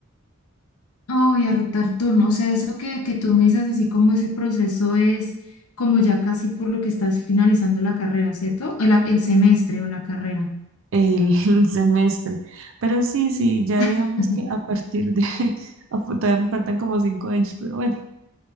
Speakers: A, on the left; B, on the right.
A: Oh, y a rotar turno. O sea, eso que, que tú me dices, así como ese proceso es como ya casi por lo que estás finalizando la carrera, ¿cierto? El, el semestre o la carrera.
B: el <laughs> semestre. Pero sí, sí, ya digamos
A: <laughs>
B: que a partir de, <laughs> a- todavía me faltan como cinco años, pero bueno,